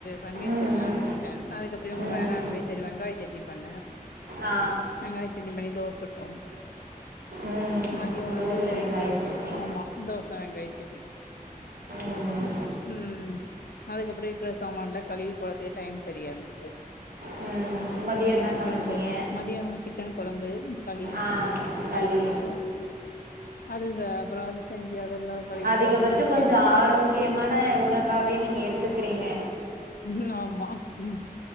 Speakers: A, on the left; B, on the right.
A: பன்னீர்
B: ம்
A: சரியலாம்னு நினைச்சே அதுக்கப்புறோ இவங்க
B: ம்
A: வேணனு னா சேரி வெங்காய சட்னி பண்ணே
B: ஆ
A: வெங்காய சட்னி பண்ணி தோச சுட்டோ
B: ம்
A: மதியோ
B: தோச
A: வந்து
B: வெங்காய
A: க
B: சட்னி
A: ஆமா தோச வெங்காய சட்னி
B: ம்
A: ம் அதுக்கப்புறோ இருக்கிற சமானான்ல கழுவி போறதுக்கு டைம் சரியா இருந்தது
B: ம் மதியம்
A: மதியோ
B: என்ன
A: சிக்கன்
B: சமைச்சீங்க
A: குழம்பு மதியோ சிக்கன் குழம்பு களி
B: ஆ களி
A: அது செஞ்சோ அது சா அப்புறோ அது செஞ்சு அதெல்லா கழுவி
B: அதிகபட்சோ
A: போறதுக்கு சரியா
B: கொஞ்சோ
A: இருந்துச்சு
B: ஆரோக்கியமான உணவாவே நீங்க எடுத்துக்கறீங்க
A: ம் ஆமா ம்